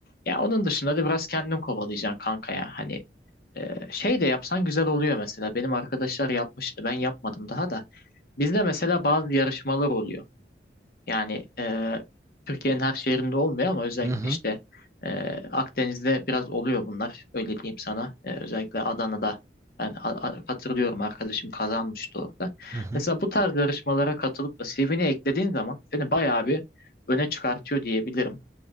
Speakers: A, on the left; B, on the right.
A: Ya onun dışında da biraz kendin kovalayacaksın kanka ya. Hani e, şey de yapsan güzel oluyor mesela. Benim arkadaşlar yapmıştı. Ben yapmadım daha da. Bizde mesela bazı yarışmalar oluyor. Yani e, Türkiye'nin her şehrinde olmuyor ama özellikle
B: Hı hı.
A: işte e, Akdeniz'de biraz oluyor bunlar. Öyle diyeyim sana. E, özellikle Adana'da ben a- a- hatırlıyorum arkadaşım kazanmıştı orada.
B: Hı hı.
A: Mesela bu tarz yarışmalara katılıp da CV'ni eklediğin zaman seni bayağı bir öne çıkartıyor diyebilirim.